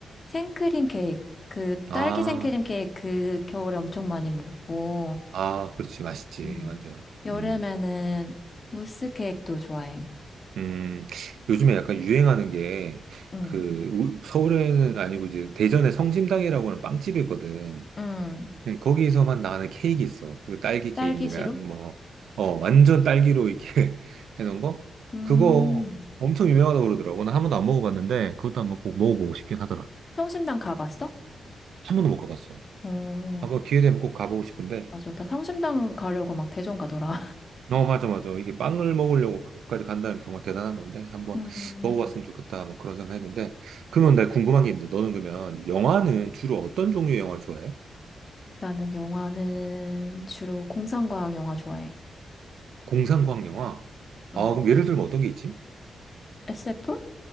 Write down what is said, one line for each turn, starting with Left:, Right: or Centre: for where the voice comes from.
Left: 생크림 케이크, 그
Right: 아,
Left: 딸기 생크림 케이크 그 겨울에 엄청 많이 먹고,
Right: 아, 그렇지. 맛있지.
Left: 음.
Right: 완전.
Left: 여름에는
Right: 음,
Left: 무스 케이크도 좋아해.
Right: 음. 요즘에 약간 유행하는 게,
Left: 응,
Right: 그, 우- 서울에는 아니고 이제 대전에 성심당이라고 하는 빵집이 있거든.
Left: 응.
Right: 네, 거기서만 나는 케이크 있어. 그 딸기
Left: 딸기
Right: 케이크나
Left: 시루?
Right: 뭐, 어, 완전 딸기로 이렇게 <laughs> 해놓은 거?
Left: 음.
Right: 그거 엄청 유명하다고 그러더라고. 나 한 번도 안 먹어봤는데, 그것도 한번 꼭 먹어보고 싶긴 하더라.
Left: 성심당 가봤어?
Right: 한 번도 못 가봤어.
Left: 어,
Right: 한번 기회 되면 꼭 가보고 싶은데,
Left: 맞아. 다 성심당 가려고 막 대전 가더라.
Right: 어, 맞아, 맞아. 이게 빵을 먹으려고 거기까지 간다는 게 정말 대단한 건데, 한번
Left: <laughs> 음.
Right: 먹어봤으면 좋겠다. 뭐 그런 생각 했는데, 그러면 나 궁금한 게 있는데, 너는 그러면 영화는 주로 어떤 종류의 영화를 좋아해?
Left: 나는 영화는 주로 공상과학 영화 좋아해.
Right: 공상과학 영화? 아,
Left: 음.
Right: 그럼 예를 들면 어떤 게 있지?
Left: SF?